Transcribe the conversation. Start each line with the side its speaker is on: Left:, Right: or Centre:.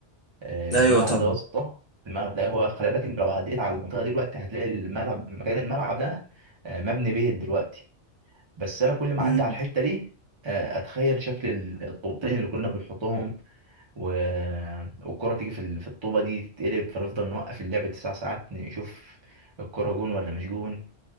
Right: آه
Left: ايوه
Right: الملعب
Left: طبعا
Right: ده يا اسطى الملعب ده هو خلي بالك انت لو عديت على المنطقه دي دلوقتي هتلاقي الملعب مكان الملعب ده آه مبني بيت دلوقتي بس انا كل ما
Left: مم.
Right: اعدي على الحته دي آه اتخيل شكل الطوبتين اللي كنا بنحطهم و... والكرة تيجي في ال- في الطوبة دي تتقلب فنفضل نوقف اللعب تسع ساعات نشوف الكرة جون ولا مش جون